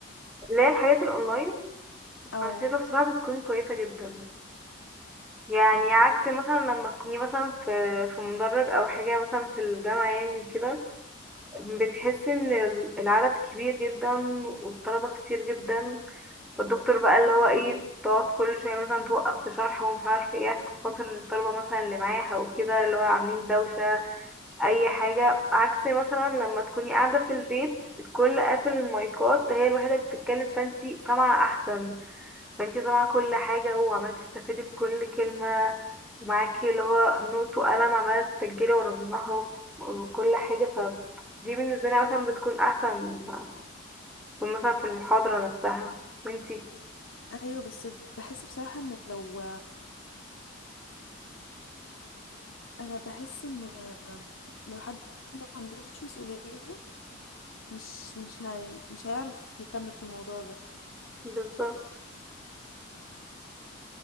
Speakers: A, in the centre; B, on the left (about 75°).
A: اللي هي الحاجات الأونلاين
B: او
A: أنا شايفة بصراحة بتكون كويسة جدا يعني
B: او
A: عكس مثلا لما تكوني مثلا في في مدرج او حاجه مثلا في الجامعه يعني كده بتحسي ان ال- العدد كبير جدا والطلبه كتير جدا والدكتور بقى اللي هو ايه تقعد كل شويه مثلا توقف في شرح ومش عارفه ايه عشان خاطر الطلبه مثلا اللي معاها وكده اللي هو عاملين دوشه اي حاجه عكس مثلا لما تكوني قاعده في البيت الكل قافل المايكات هي الوحيده اللي بتتكلم فانتي سامعه احسن فانتي سامعة كل حاجة وعمالة تستفيدي بكل كلمة ومعاكي اللي هو نوت وقلم عمالة تسجلي ورا بعضها وكل حاجة ف دي بالنسبة لي مثلا بتكون أحسن من مثلا في المحاضرة نفسها وانتي
B: ايوه بس بحس بصراحة ان لو انا بحس ان آم، لو حد ما عندوش مسؤولية مش مش هي مش هيعرف يكمل في الموضوع ده
A: بالظبط